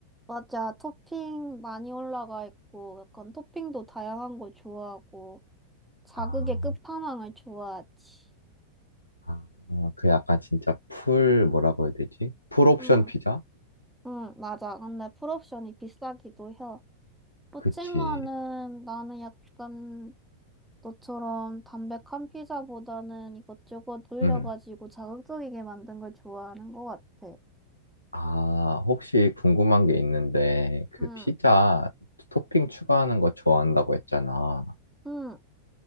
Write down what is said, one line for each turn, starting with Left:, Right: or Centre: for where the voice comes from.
Centre: 맞아. 토핑 많이 올라가 있고, 약간 토핑도 다양한 걸 좋아하고, 자극의
Left: 아,
Centre: 끝판왕을 좋아하지.
Left: 아, 그 약간 진짜 풀, 뭐라고 해야 되지? 풀 옵션
Centre: 음,
Left: 피자?
Centre: 음, 맞아. 근데 풀옵션이 비싸기도 해. 그치만은
Left: 그치.
Centre: 나는 약간 너처럼 담백한 피자보다는 이것저것 올려가지고
Left: 음.
Centre: 자극적이게 만든 걸 좋아하는 것 같아.
Left: 아, 혹시 궁금한 게 있는데, 그
Centre: 응,
Left: 피자 토핑 추가하는 거 좋아한다고 했잖아.
Centre: 응.